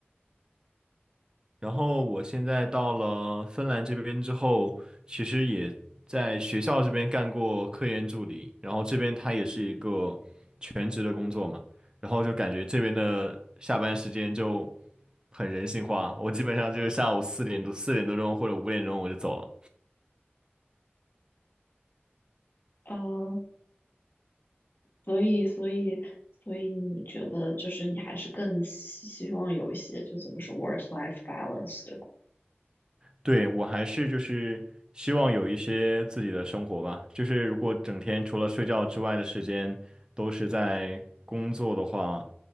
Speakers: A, on the right (about 20°); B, on the left (about 60°).
A: 然后我现在到了芬兰这边之后，其实也在学校这边干过科研助理，然后这边它也是一个全职的工作嘛，然后就感觉这边的下班时间就很人性化，我基本上就是下午四点多、四点多钟或者五点钟我就走了。
B: 呃，所以，所以，所以你觉得就是你还是更希希望有一些就怎么说 work-life balance，对吧？
A: 对，我还是就是希望有一些自己的生活吧，就是如果整天除了睡觉之外的时间都是在工作的话，